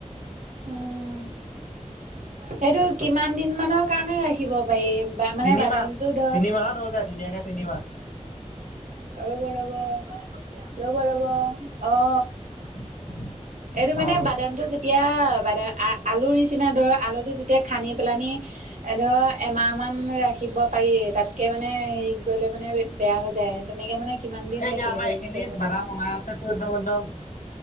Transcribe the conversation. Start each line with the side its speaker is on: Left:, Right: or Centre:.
Right: উম। সেইটো কিমান দিন মানৰ কাৰণে ৰাখিব পাৰি। বা মানে
Left: তিনিমাহ
Right: বাদামটো ধৰ
Left: তিনিমাহত হৈ যায় ধুনীয়াকে তিনিমাহ।
Right: ৰব ৰব, ৰ'ব ৰব অ।
Left: <unintelligible>
Right: এইটো মানে
Left: অ
Right: বাদামটো যেতিয়া বাদাম আলুৰ নিচিনা ধৰ আলুটো যেতিয়া খান্দি পেলানি এ ধৰ এমাহ মান ৰা শিকিব পাৰিয়ে তাতকৈ মানে হেৰি কৰিলে মানে বেয়া হৈ যায় তেনেকে মানে কিমান দিন
Left: এই এতিয়া
Right: ৰাখিব
Left: আমাৰ
Right: পাৰি
Left: এইখিনি
Right: ষ্ট্ৰকত।
Left: বাদাম অনা আছেতো একদম একদম